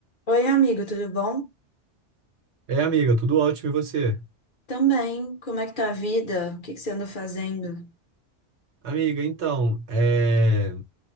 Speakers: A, on the left; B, on the right.
A: Oi, amigo, tudo bom?
B: É, amiga, tudo ótimo e você?
A: Também, como é que tá a vida? O que que você anda fazendo?
B: Amiga, então, é,